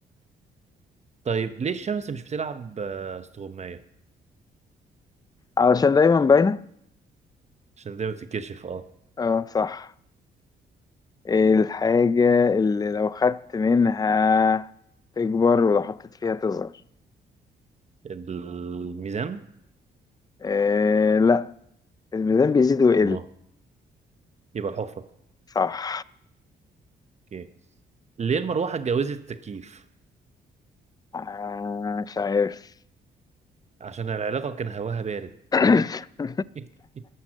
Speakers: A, on the right; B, on the left.
A: طيب ليه الشمس مش بتلعب آه، استغماية؟
B: علشان دايما باينة
A: عشان دايما بتتكشف اه
B: اه صح ايه الحاجة اللي لو خدت منها تكبر ولو حطيت فيها تصغر
A: الميزان
B: إيه لا الميزان بيزيد ويقل
A: ما يبقى الحفرة
B: صح
A: اوكي ليه المروحة اتجوزت التكييف
B: آه مش عارف
A: عشان العلاقة كان هواها بارد
B: <laughs>
A: <laughs>